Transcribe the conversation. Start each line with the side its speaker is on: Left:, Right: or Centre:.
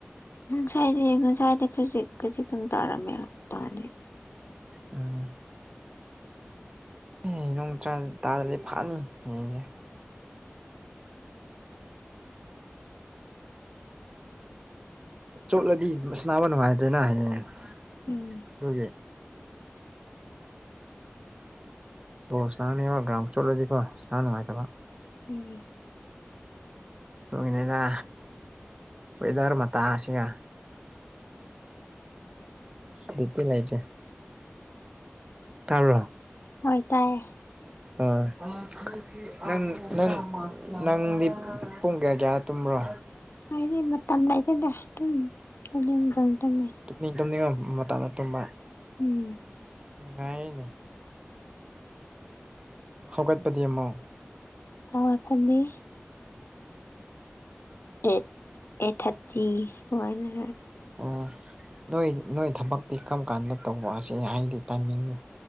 Left: ꯉꯁꯥꯏꯁꯦ ꯉꯁꯥꯏꯗ ꯈꯖꯤꯛ ꯈꯖꯤꯛꯇꯪ ꯇꯥꯔꯝꯃꯦꯕ ꯅꯥꯟꯗꯤ꯫
Right: ꯎꯝ <inaudible> ꯑꯦ ꯅꯣꯡ ꯇꯥ ꯇꯥꯔꯗꯤ ꯐꯥꯅꯤ ꯍꯌꯦꯡꯁꯦ ꯆꯣꯠꯂꯗꯤ ꯃꯁ ꯅꯥꯕ ꯅꯨꯡꯉꯥꯏꯇꯣꯏꯅ ꯍꯌꯦꯡ
Left: ꯎꯝ
Right: ꯑꯗꯨꯒꯤ ꯑꯣ ꯉꯅꯥꯅꯦꯕ ꯒ꯭ꯔꯥꯎ ꯆꯠꯂꯗꯤꯀꯣ ꯉꯅꯥ ꯅꯨꯡꯉꯥꯏꯇꯕ
Left: ꯎꯝ
Right: ꯇꯅꯤꯩꯗ ꯋꯦꯗꯔ ꯃꯇꯥꯁꯤꯒ ꯁꯄꯤꯤ ꯂꯆꯦ ꯇꯥꯔꯣ
Left: ꯍꯣꯏ ꯇꯥꯏꯌꯦ
Right: ꯎꯝ ꯅꯪ ꯅꯪ ꯅꯪꯗꯤ ꯄꯨꯡ ꯀꯌꯥ ꯀꯌꯥ ꯇꯨꯝꯕ꯭ꯔꯣ?
Left: ꯑꯩꯗꯤ ꯃꯇꯝ ꯂꯩꯇꯦꯗ ꯑꯗꯨꯝ ꯇꯨꯝꯅꯤꯡ ꯃꯇꯝꯝꯇꯨꯝꯃꯦ꯫
Right: ꯇꯨꯝꯅꯤꯡ ꯇꯨꯝꯅꯤꯡꯉ ꯃꯇꯥꯗ ꯇꯨꯝꯕ꯫
Left: ꯎꯝ
Right: ꯅꯨꯡꯉꯥꯏꯔꯤꯅꯦ ꯍꯧꯥꯒꯠꯄꯗꯤ ꯑꯃꯨꯛ
Left: ꯑꯋꯥꯠ ꯐꯟꯅꯦ ꯑꯩꯠ ꯑꯩꯠꯊꯥꯔꯇꯤ ꯅꯨꯡꯃꯥꯏꯅ__
Right: ꯑꯣ ꯅꯣꯏ ꯅꯣꯏ ꯊꯕꯛꯇꯤ ꯀꯝ ꯀꯥꯟꯗ ꯇꯧꯕ ꯑꯁꯤ ꯍꯥꯏꯗꯤ ꯇꯥꯏꯃꯤꯡꯗꯣ?